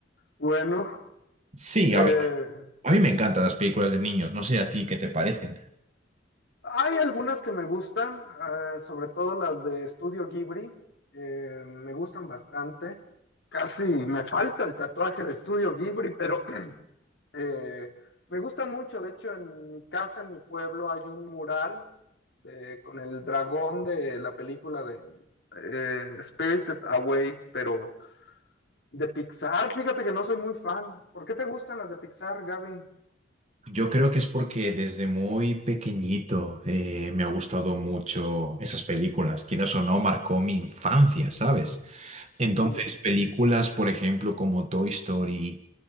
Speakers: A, on the left; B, on the right.
A: Bueno,
B: Sí,
A: eh,
B: a mí, a mí me encantan las películas de niños. No sé a ti qué te parecen.
A: hay algunas que me gustan, eh, sobre todo las de Estudio Ghibli, eh, me gustan bastante. Casi me falta el tatuaje de Estudio Ghibli, pero <clears throat> eh, me gustan mucho. De hecho, en mi casa, en mi pueblo, hay un mural eh, con el dragón de la película de eh, Spirited Away, pero De Pixar, fíjate que no soy muy fan. ¿Por qué te gustan las de Pixar, Gaby?
B: Yo creo que es porque desde muy pequeñito eh, me ha gustado mucho esas películas. Quizás o no, marcó mi infancia, ¿sabes? Entonces,
A: Ujú.
B: películas, por ejemplo, como Toy Story,